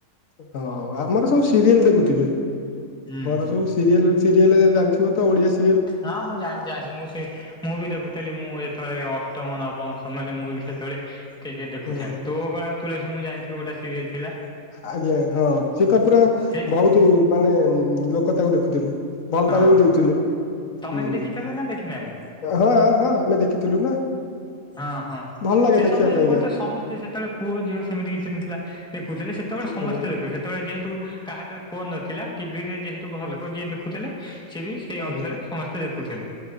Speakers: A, on the left; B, in the centre.
A: ହଁ ଆମର ସବୁ ସିରିଏଲ୍ ଦେଖୁଥିବେ। ଆମର
B: ହୁଁ ହୁଁ।
A: ସବୁ ସିରିଏଲ୍ ସିରିଏଲ୍ ଜାଣିଥିବେ ତ ଓଡିଆ ସିରିଏଲ୍।
B: ହଁ ମୁଁ ଜାଣିଚି ଜାଣିଚି ମୁଁ ସେଇ ମୁଁ ବି ଦେଖୁଥିଲି ଏଥିରେ ଅ ଅଷ୍ଟମ ନବମ ସମୟରେ ମୁଁ ବି ସେତେବେଳେ କ୍ରିକେଟ ଦେଖୁଥାଏ
A: ଓହୋ
B: ତୋ ଅଗଣା ତୁଳସୀ ମୁଁ ଜାଣିଥିବି ଗୋଟେ ସିରିଏଲ ଥିଲା
A: ଆଜ୍ଞା ହଁ ସେ ତ ପୁରା।
B: ସେଇ
A: ବହୁତ ମାନେ ଲୋକ ତାକୁ ଦେଖୁଥିଲେ ବହୁତ୍
B: ହଁ
A: ଟାଇମ୍ ବି ଦୋଉଥିଲେ।
B: ତମେ
A: ହୁଁ
B: ବି ଦେଖିଥିଲେ ନା ଦେଖିନାହାନ୍ତି
A: ହଁ ହଁ ଆମେ ଦେଖିଥିଲୁ।
B: ହଁ ହଁ
A: ଭଲ ଲାଗେ
B: ସେ
A: ଦେଖିବା
B: ସମୟ
A: ପାଇଁକା
B: ମତେ ସମସ୍ତେ ସେତେବେଳେ ପୁଅ ଝିଅ ସେମିତି କିଛି ନଥିଲା। ଦେଖୁଥିଲେ ସେତେବେଳେ
A: ଆଜ୍ଞା
B: ସମସ୍ତେ ଦେଖୁଥିଲେ ସେତେବେଳେ ଯେହେତୁ କାହାରେ ପାଖରେ ଫୋନ୍ ନଥିଲା ଟିଭିରେ ଯେହେତୁ ଘର
A: ଆଜ୍ଞା
B: ଲୋକ ଯିଏ ଦେଖୁଥିଲେ।
A: ଆଜ୍ଞା